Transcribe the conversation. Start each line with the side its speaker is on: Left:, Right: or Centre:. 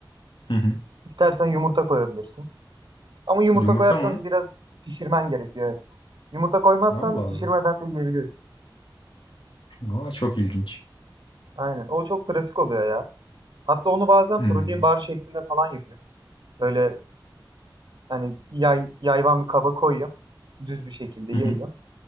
Left: Hı hı.
Right: İstersen yumurta koyabilirsin. Ama yumurta
Left: Yumurta
Right: koyarsan
Left: mı?
Right: biraz pişirmen gerekiyor. Evet. Yumurta koymazsan
Left: Allah Allah.
Right: pişirmeden de yiyebiliyorsun.
Left: Aa, çok ilginç.
Right: Aynen. O çok pratik oluyor ya. Hatta onu bazen
Left: Hmm.
Right: protein bar şeklinde falan yapıyorum. Böyle hani yay, yayvan bir kaba koyuyorum. Düz bir şekilde
Left: Hı
Right: yayıyorum.
Left: hı.